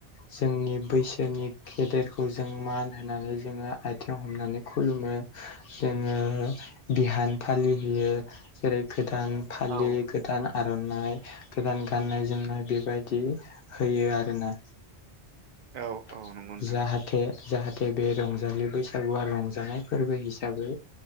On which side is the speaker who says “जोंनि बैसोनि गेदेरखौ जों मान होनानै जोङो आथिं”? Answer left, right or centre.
Left